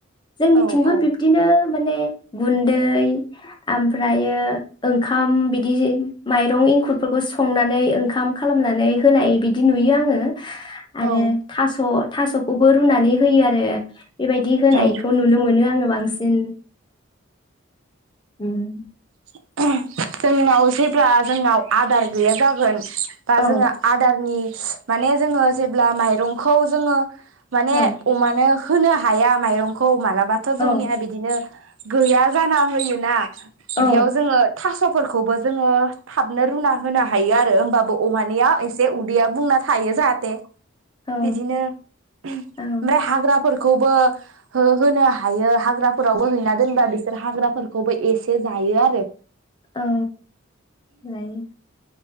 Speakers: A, on the left (about 20°); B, on the right (about 70°).
A: जोंनिथिंबो
B: औ औ
A: बिब्दिनो। माने। गुन्दै ओमफ्रायो ओंखाम बिदि जे माइरं इंखुरफोरखौ संनानै ओंखाम खालामनानै होनाय बिदि नुयो आङो। आरो
B: औ
A: थास। थासखौबो रुनानै होयो आरो। बेबायदि होनायखौ
B: औ
A: नुनो मोनो आङो बांसिन। ओम।
B: <unintelligible> जेब्ला जोंनाव आदार गैया जागोन। बा
A: औ
B: जोङो आदारनि। माने जोङो जेब्ला माइरंखौ जोङो। माने
A: औ
B: अमानो। होनो हाया माइरंखौ मालाबा। बाथ
A: औ
B: जोंनिया बिदिनो। गैया जाना होयोना। बिदियाव
A: औ
B: जोङो थास। फोरखौबो जोङो थाबनो रुना होनो हायो आरो ओमबा। बो अमानानिया एसे उदैया। बुंना थायो जाहाथे।
A: औ
B: बिदिनो ओमफ्राय
A: ओ
B: हाग्राफोर। खौबो हो होनो हायो हाग्रा। फोरावबो हैना दोनबा बिसोर हाग्रा। फोरखौबो एसे। जायो आरो।
A: औ जायो।